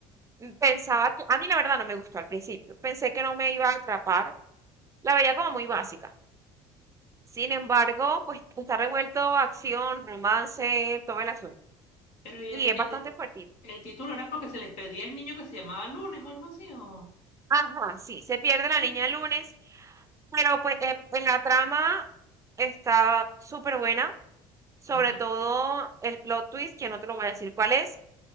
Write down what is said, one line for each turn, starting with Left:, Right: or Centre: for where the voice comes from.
Right: Mm, Pensaba que, a mí la verdad no me gustó al principio, pensé que no me iba a atrapar, la veía como muy básica. Sin embargo, pues está revuelto acción, romance, todo el asunto.
Left: Pero ¿y
Right: Y
Left: el,
Right: es bastante fuertita.
Left: El título era porque se les perdía el niño que se llamaba Lunes o algo así, o...
Right: Ajá, sí, se pierde la
Left: Sí.
Right: niña el lunes, pero pues eh, en la trama está súper buena. Sobre
Left: Ujú.
Right: todo el plot twist, que no te lo voy a decir cuál es.